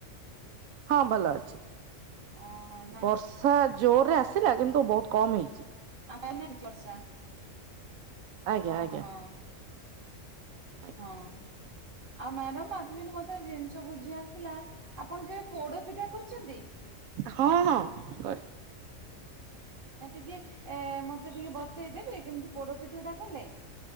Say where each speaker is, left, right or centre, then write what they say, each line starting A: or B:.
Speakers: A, on the right; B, on the right.
A: ହଁ ଭଲ ଅଛି,
B: ଓହୋ ନା
A: ବର୍ସ ସା ଜୋରରେ ଆସିଲା କିନ୍ତୁ ବହୁତ କମ୍ ହେଇଛି।
B: <unintelligible> ହେଇଚି ବର୍ଷା।
A: ଆଜ୍ଞା
B: ନ
A: ଆଜ୍ଞା
B: ହଁ
A: ଆଜ୍ଞା।
B: ହଁ। ଆଉ ମ୍ୟାଡ଼ାମ ଏକ୍ଟୁଲୀ ମତେ ଜିନିଷ ବୁଝିବାର ଥିଲା? ଆପଣ କେବେ ପୋଡ ପିଠା କରିଛନ୍ତି?
A: ହଁ ହଁ କରଚି।
B: ଆ ଟିକେ ମତେ ଟିକେ ବତେଇଦେବେ କେମତି ପୋଡପିଠା ଟା କଲେ?